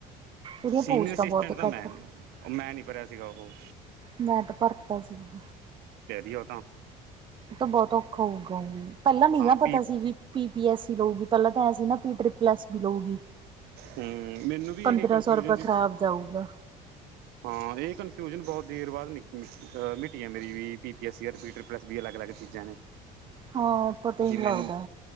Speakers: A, on the right; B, on the right.
A: ਉਹਦੀਆਂ
B: ਸੀਨੀਅਰ
A: ਪੋਸਟਾਂ
B: ਅਸੀਸਟਂਟ
A: ਬਹੁਤ
B: ਤਾਂ
A: ਘੱਟ
B: ਮੈਂਨ ਏ, ਓ ਮੈਂ ਨਹੀਂ ਭਰਿਆ ਸੀਗਾ ਉਹ।
A: ਮੈਂ ਤੇ, ਭਰਤਾ ਸੀਗਾ।
B: ਯੋ ਤਾਂ
A: ਤਾ ਬਹੁਤ ਔਖਾ ਹੋਊਗਾ ਓ, ਪਹਿਲਾਂ ਨੀ
B: ਹਾਂ
A: ਨਾ ਪਤਾ
B: ਪੀ
A: ਸੀ ਵੀ ਪੀ ਪੀ ਐੱਸ ਸੀ ਲਊਗੀ, ਵੀ ਪਹਿਲਾਂ ਤਾਂ ਐਂਸੀ ਨਾ, ਪੀਟਰ ਪਲੱਸ ਵੀ ਲਊਗੀ,
B: ਹੂੰ ਮੈਨੂੰ ਵੀ
A: ਪੰਦਰਾਂ-ਸੌ
B: ਇਹ ਕਨਫਿਊਜ਼ਨ
A: ਰੁਪਏ
B: ਜੀ
A: ਖ਼ਰਾਬ ਜਾਊਗਾ।
B: ਹਾਂ ਇਹ ਕਨਫਿਊਜਨ ਬਹੁਤ ਦੇਰ ਬਾਅਦ ਨਿਕ ਮਿੱਟੀ ਆ ਮੇਰੀ ਵੀ ਪੀ ਪੀ ਐੱਸ ਸੀ ਆ ਰਿਪੀਟਰ ਪਲੱਸ ਵੀ ਅਲੱਗ ਅਲੱਗ ਚੀਜ਼ਾਂ ਨੇ।
A: ਹਾਂ ਪਤਾ ਨੀ
B: ਜਿਵੇਂ
A: ਲਗਦਾ।